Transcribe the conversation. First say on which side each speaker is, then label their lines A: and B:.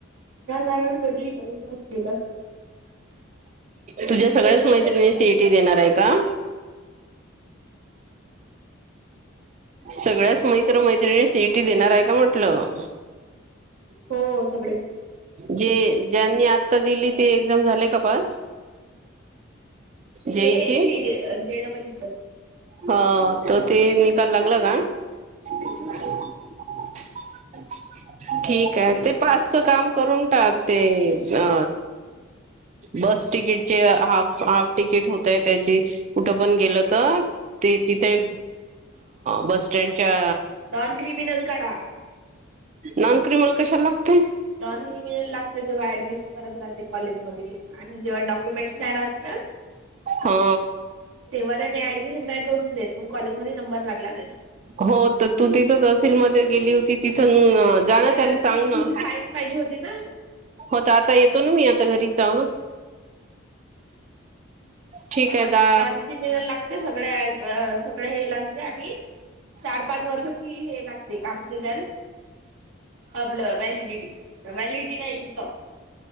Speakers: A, on the right; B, on the right.
A: त्या कारण कधी टाइमपास केलाच नाही.
B: तुझ्या
A: आणि
B: सगळ्याच
A: करत पण
B: मैत्रिणी
A: नाही.
B: सीईटी देणार आहे का. सगळ्याच मैत्र मैत्रिणी सिईटी देणार हाय का म्हंटलं
A: हो सगळेच
B: जे ज्यांनी आता दिली ते एक्झाम झाले का पास जेईची
A: जे ए जी जे डबल इ च असते
B: ह त ते निकाल लागला का <unintelligible> ठीकाए ते पासच काम करून टाक ते अ बस तिकीटचे हाफ हाफ टिकीट हुतय त्याचे कुट पण गेलं तर ते तिते बस स्टँडच्या
A: नॉन क्रिमिनल काडा
B: नॉन क्रिमिनल ल कशाला लागतय
A: नॉन क्रिमिनल लागतय जेव्हा ऍडमिशन कराय चे राहते कॉलेजमध्ये तेवा आणि जेवा डाक्युमेंट्स नाय राहत ना
B: हम
A: तेवा त्यानी ऍडमिशन नाइ करून देत मंग कॉलेजमध्ये नंबर लागला तरी
B: हो त तू तिथं तहसीलमदे गेली होती तिथन जाणा
A: त्याच्यात
B: त्याले सांग
A: तिथं
B: ना
A: तुझी साईन पाहिजे होती ना
B: होता आता येतो ना मी आता घरी जा ठीक
A: नाही
B: आहे दा
A: नॉन क्रिमिनल लागतय सगळ्या ब अ सगळ हे लागतय आदी चार पाच वर्षाची हे लागते कागदमदे तर आपला वैलिडिटी वैलिडिटी ना इनकाम